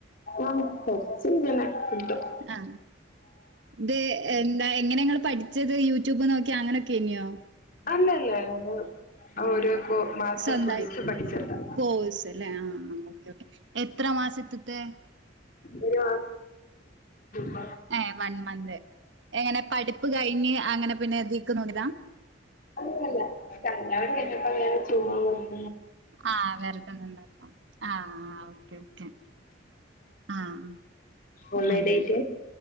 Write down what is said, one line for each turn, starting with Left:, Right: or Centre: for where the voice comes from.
Left: ആഹ് കൊറച്ച് ഇങ്ങനെ കിട്ടും
Right: ആ ആ ത് എന്താ എങ്ങന ഇങ്ങള് പഠിച്ചത് യൂ ടൂബ് നോക്കി അങ്ങനൊക്കെ തന്നെയോ
Left: അല്ലല്ല അത് ഒരു കോ മാസം
Right: സ്വന്തയി
Left: ഫുൾസ് പഠിച്ചതാ
Right: കോഴ്സ് അല്ലേ ആ ആ ഒക്കെ ഒക്കെ എത്ര മാസത്തി ത്തെ
Left: ഒരു മാസം
Right: ഏ വൺ മന്ത് എങ്ങനെ പഠിപ്പ് കഴിഞ്ഞ് അങ്ങനെ പിന്നെ എതിക്കുന്നുടതാ
Left: അല്ലല്ല കല്യാണം കഴിഞ്ഞപ്പോൾ ഇങ്ങനെ ചുമ്മാ പോ
Right: ആ വെറുതെ നിന്നപ്പോൾ ആ ആ ഒക്കെ ഒക്കെ ആ അ
Left: ഓൺലൈൻ
Right: അങ്ങനെ
Left: ആയിട്ട്